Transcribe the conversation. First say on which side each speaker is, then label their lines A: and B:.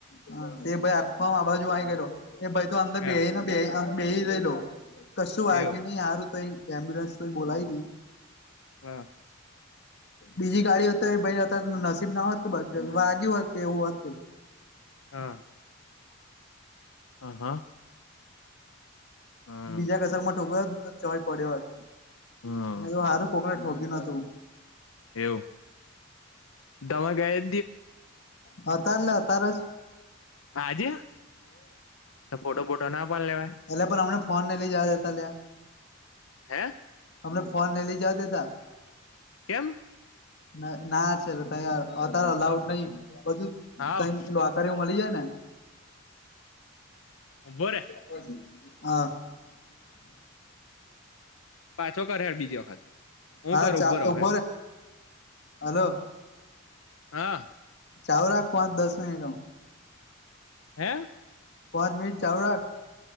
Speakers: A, on the left; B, on the left.
A: હા એ ભાઈ આખોમ આ બાજુ આ કરલો એ ભાઈ તો અંદર
B: હા
A: બે બે બેહી લે લો કશું વાગ્યું
B: એવું
A: નહી સારું તો એમ્બ્યુલન્સ તો બોલાવી દ
B: હા
A: બીજી ગાડી હો હતો ભાઈ અત નસીબ ના હોત કે પછી વાગ્યું હોત કે એવું હોત કે
B: હા હા હા હા
A: બીજા કસક માં ઠોક ચોય પડ્યો વાત
B: હમ
A: મે તો સારું કોકરે ઠોક્યું નતું
B: એવું દમાં ગાય
A: હા તારલે તાર જ
B: હા આજે ફોટો બોટો ના પાડ લેવાય
A: એલા પણ અમને ફોન ને લઈ જ દેતા ત્યા
B: હે
A: અમને ફોન નઈ લઈ જ દેતા
B: કેમ
A: ના ના છે ત અત્યારે અલાઉડ નહી બધું
B: હાવ
A: ત લો આક એવું મળી જાય ને.
B: બોર.
A: <inaudible>
B: પાછો કર હેાર બીજી વખત હું
A: હા
B: કર
A: ચા
B: ઉભો રહો
A: ઉપ
B: હેડ
A: હલો.
B: હા
A: ચાવ રાખ પાંચ દસ મિનિટમાં.
B: હા
A: પાંચ મિનિટ ચાલુ રાખ.